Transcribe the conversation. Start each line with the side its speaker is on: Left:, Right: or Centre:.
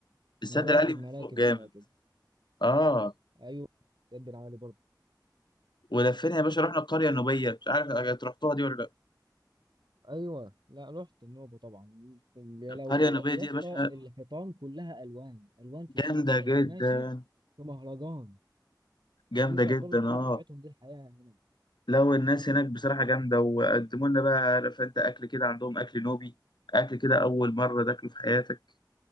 Right: مراكب
Left: السد العالي من
Right: مراكب مراكب
Left: فوق جامد
Right: مراكب
Left: اه
Right: ايوه سد العالي برضو
Left: ولفينا يا باشا رحنا القريه النوبيه مش عارف أنت رحتوها دي ولا لا
Right: ايوه لا رحت النوبه طبعا يا لو
Left: القريه
Right: يا
Left: النوبيه
Right: يا
Left: دي
Right: اسطى
Left: يا باشا
Right: الحيطان كلها الوان الوان في
Left: جامده
Right: كل حته
Left: جدا
Right: انت ماشي في مهرجان
Left: جامده
Right: دي ط-
Left: جدا
Right: دول- دي
Left: اه
Right: طبيعتهم دي الحياه هنا
Left: لو الناس هناك بصراحة جامدة وقدموا لنا بقى عارف انت أكل كده عندهم أكل نوبي أكل كده أول مرة تاكله في حياتك